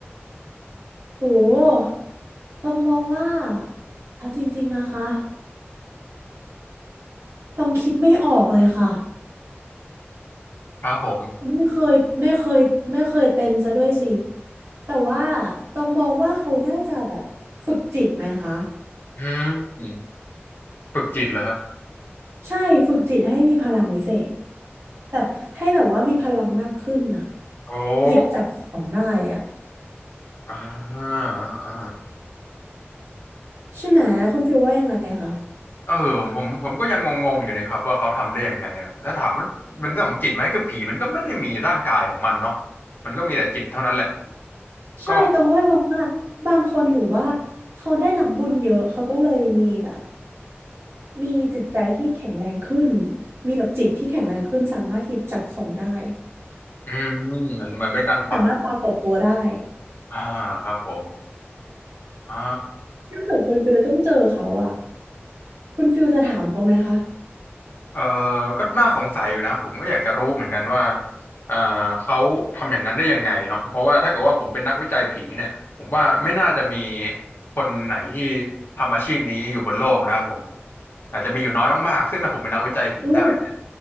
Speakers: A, on the right; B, on the left.
A: โหต้องมองว่าอะจริงๆนะคะต้องคิดไม่ออกเลยค่ะ
B: ครับผม
A: ไม่เคยไม่เคยไม่เคยเป็นซะด้วยสิ แต่ว่าต้องมองว่าเขาน่าจะแบบฝึกจิตไหมคะ
B: อืมฝึกจิตเหรอครับ
A: ใช่ฝึกจิตให้มีพลังวิเศษแบบให้แบบว่ามีพลังมากขึ้นน่ะ
B: โอ
A: หยิบจับของได้อ่ะ
B: ้อ่าอ่าอ่า
A: ใช่ไหมแล้วคุณฟิลว่ายังไงคะ
B: เออผมผมก็ยังงงๆอยู่นะครับว่าเขาทำได้ยังไงอะถ้าถามว่าเป็นเรื่องของจิตไหมคือผีมันก็ไม่ได้มีร่างกายของมันเนาะมันก็มีแต่จิตเท่านั้นแหละ
A: ใช่ตองก็เลยมองว่าบางคนหรือว่า
B: ก็
A: เขาได้รับบุญเยอะเขาก็เลยมีแบบมีจิตใจที่แข็งแรงขึ้นมีแบบจิตที่แข็งแรงขึ้นสามารถหยิบจับของได้
B: อืมเหมือนเหมือนเป็นการพอด
A: สามารถปรากฏตัวได้
B: อ่าครับผมอ่า
A: ถ้าเกิดคุณฟิลต้องเจอเขาอะคุณฟิลจะถามเขาไหมคะ
B: เออก็น่าสงสัยอยู่นะผมก็อยากจะรู้เหมือนกันว่าเออเขาทำอย่างนั้นได้ยังไงเนาะเพราะว่าถ้าเกิดว่าผมเป็นนักวิจัยผีเนี่ยผมว่าไม่น่าจะมีคนไหนที่ทำอาชีพนี้อยู่บนโลกนะครับผมอาจจะมีอยู่น้อยมากๆซึ่งถ้าผมเป็นนักวิจัยผีได้เนี่ย
A: โอ้